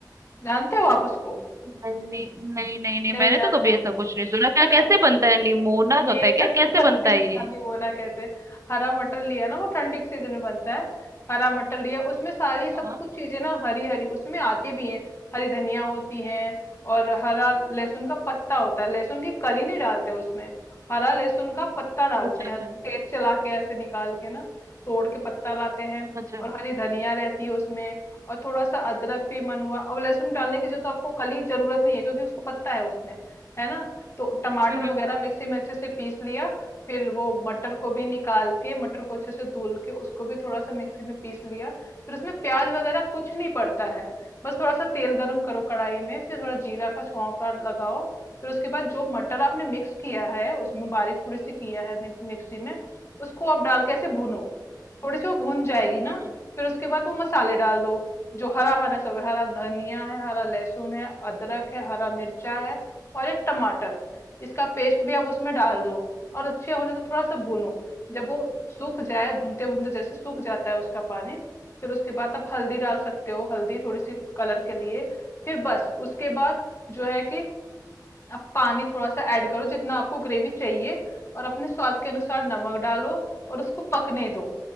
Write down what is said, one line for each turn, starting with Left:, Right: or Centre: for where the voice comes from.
Left: जानते हो आप उसको
Right: नहीं नहीं नहीं नहीं नहीं
Left: नहीं
Right: मैंने
Left: जानते
Right: तो कभी
Left: हो
Right: ऐसा कुछ नहीं सुना
Left: <laughs>
Right: क्या कैसे बनता है निमोना
Left: तो ये
Right: होता है क्या
Left: <laughs> नहीं
Right: कैसे बनता है
Left: नहीं,
Right: ये
Left: वो ना कहते हैं। हरा मटर लिया ना वो ठंडी के सीजन में बनता है हरा मटर लिया उसमें सारी सब
Right: हाँ
Left: कुछ चीजें ना हरी हरी उसमें आती भी हैं हरी धनिया होती है और हरा लहसुन का पत्ता होता है लहसुन की कली नहीं डालते उसमें हरा लहसुन का पत्ता डालते
Right: अच्छा
Left: हैं
Right: अच्छा
Left: खेत से लाके ऐसे निकाल के ना तोड़ के पत्ता लाते हैं
Right: अच्छा
Left: और हरी धनिया रहती है उसमें और थोड़ा सा अदरक भी मन हुआ अब लहसुन डालने की जो तो आपको कली जरूरत नहीं है क्योंकि उसको पत्ता है उसमें है ना तो टमाटर
Right: हम्म
Left: वगैरह
Right: हम्म, हम्म।
Left: मिक्सी में अच्छे से पीस लिया फिर वो मटर को भी निकाल के मटर को अच्छे से धुल के उसको भी थोड़ा सा मिक्सी में पीस लिया फिर उसमें प्याज वगैरह कुछ नहीं पड़ता है बस थोड़ा सा तेल गरम करो कढ़ाई में फिर थोड़ा जीरा का छौंका लगाओ फिर उसके बाद जो मटर आपने मिक्स किया है उसमें बारीक थोड़ी सी किया है मिक- मिक्सी में उसको आप डाल के ऐसे भूनो थोड़ी सी वो भून जाएगी ना
Right: हम्म,
Left: फिर उसके बाद वो मसाले डाल दो जो हरा हरा सब हरा धनिया है हरा लहसुन है अदरक है हरा मिर्चा है और एक टमाटर इसका पेस्ट भी आप उसमें डाल दो और अच्छे होने से थोड़ा सा भूनो जब वो सूख जाए भूनते भूनते जैसे सूख जाता है उसका पानी फिर उसके बाद आप हल्दी डाल सकते हो हल्दी थोड़ी सी कलर के लिए फिर बस उसके बाद जो है कि आप पानी थोड़ा सा ऐड करो जितना आपको ग्रेवी चाहिए और अपने स्वाद के अनुसार नमक डालो और उसको पकने दो